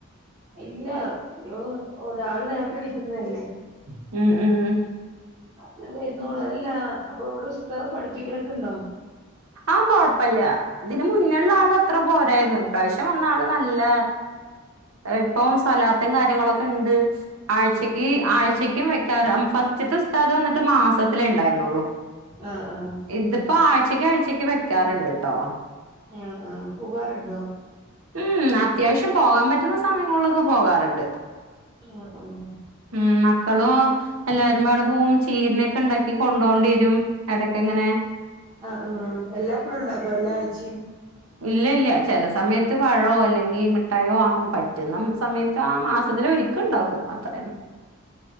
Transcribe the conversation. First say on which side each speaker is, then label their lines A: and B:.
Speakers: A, on the right (about 30°); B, on the right (about 90°).
A: ഇല്ലഓ രാവിലെ നേരത്തെ ഇണിക്കുന്നതല്ലേ
B: ഉം ഉം ഉ
A: അതല്ലേ എന്നോള്ളു അതല്ല അപ്പൊ ഇവിടെ ഉസ്താദ് പഠിപ്പിക്കണൊക്കെ ഇണ്ടോ
B: ആഹ കൊഴപ്പില്ല ഇതിന് മുന്നുള്ള ആള് അത്ര പോരായിരുന്നു ഇപ്രാവശ്യം വന്ന ആള് നല്ല ഇപ്പം സലാത്തും കാര്യങ്ങളൊക്കെ ഉണ്ട് ആഴ്ചക്ക് ആഴ്ചക്കും വെക്കാറ ഫസ്റ്റതെ ഉസ്താദ് വന്നിട്ട് മാസത്തില ഉണ്ടായിരുന്നുള്ളു
A: ആഹ് ആഹ്
B: ഇതിപ്പോ ആഴ്ചക്ക ആഴ് ചച്ചക്ക് വെക്കാറുണ്ട് കേട്ടോ
A: ആ ആ പുകാറുണ്ടോ
B: ഉം അത്യാവശ്യം പോകാൻ പറ്റുന്ന സമയങ്ങളിലൊക്കെ പോകാറുണ്ട്
A: ആഹ് ആഹ്
B: ഉം മക്കളും എല്ലാരും പാവിടെ പോകവും ചീരനൊക്കെ ഉണ്ടാക്കി കൊണ്ടോണ്ട വരും ഇടക്ക എങ്ങനെ
A: ആ എല്ലാപ്പഴും ഉണ്ടാക്കോ എല്ലാ ആഴ്ച്ചയും
B: ഇല്ല ഇല്ല ചില സമയത്ത് പഴമോ അല്ലെങ്കിൽ മിഠായോ ആങ്ങും പറ്റുന്ന സമയത്ത് ആ മാ ഒരിക്ക ഉണ്ടാക്കും അത്രേന